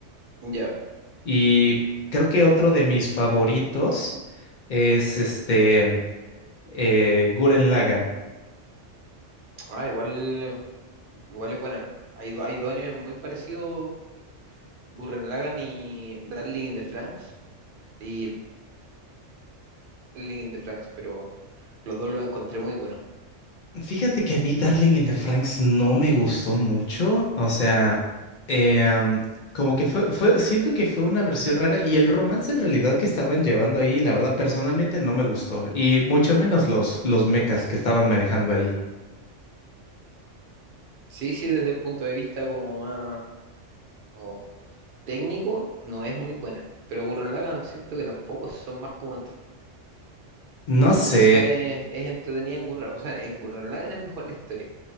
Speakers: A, on the right; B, on the left.
A: ya.
B: Y creo que otro de mis favoritos es este eh, Gurren Lagann.
A: Ah, igual, igual es buena. Hay, do- hay dos animes muy parecidos, Gurren Lagann y Darling in the Franxx, y Darling in the Franxx, pero los dos los encontré muy buenos.
B: Fíjate que a mí Darling in the Franks no me gustó mucho, o sea, em, como que fue, fue, siento que fue una versión rara y el romance en realidad que estaban llevando ahí, la verdad personalmente no me gustó y mucho menos los, los mechas que estaban manejando ahí.
A: Sí, sí, desde el punto de vista como más como técnico, no es muy buena, pero Gurren Lagann siento que tampoco, son más como... entre-
B: No sé,
A: Esa es, es entretenida en Gurren, o sea, en Gurren Lagann es mejor la historia.